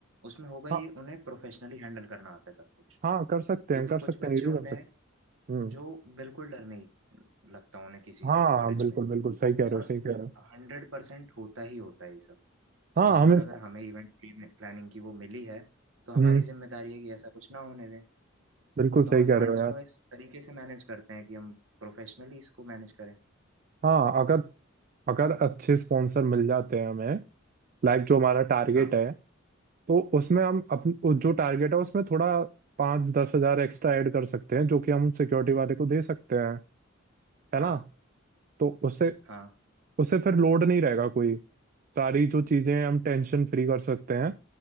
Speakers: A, on the right; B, on the right.
A: उसमें होगा
B: हाँ
A: ये उन्हें प्रोफेशनली हैंडल करना आता है सब कुछ
B: हाँ कर सकते
A: क्योंकि
B: हैं कर सकते
A: कुछ बच्चे
B: हैं ये भी
A: होते
B: कर सकते
A: हैं
B: हैं हम्म
A: जो बिल्कुल डर नहीं लगता उन्हें किसी
B: हाँ
A: से
B: हाँ,
A: कॉलेज
B: बिल्कुल
A: में
B: बिल्कुल सही कह रहे
A: और
B: हो सही कह रहे हो
A: हंड्रेड परसेंट होता ही होता है ये सब तो
B: हाँ
A: इस
B: हमें
A: बार अगर हमें इवेंट प्लानिंग की वो मिली है तो हमारी
B: हम्म
A: जिम्मेदारी है कि ऐसा कुछ ना होने दें
B: बिल्कुल
A: तो
B: सही
A: हम
B: कह
A: फंड्स
B: रहे हो यार
A: को इस तरीके से मैनेज करते हैं कि हम प्रोफेशनली इसको मैनेज करें
B: हाँ अगर अगर अच्छे स्पॉन्सर मिल जाते हैं हमें लाइक जो हमारा टारगेट
A: हाँ
B: है तो उसमें हम अपन जो टारगेट है उसमें थोड़ा पाँच दस हजार एक्स्ट्रा ऐड कर सकते हैं जो कि हम सिक्योरिटी वाले को दे सकते हैं है
A: हाँ
B: ना तो उससे
A: हाँ
B: उससे फिर लोड नहीं रहेगा कोई सारी जो चीजें हैं, हम टेंशन फ्री कर सकते हैं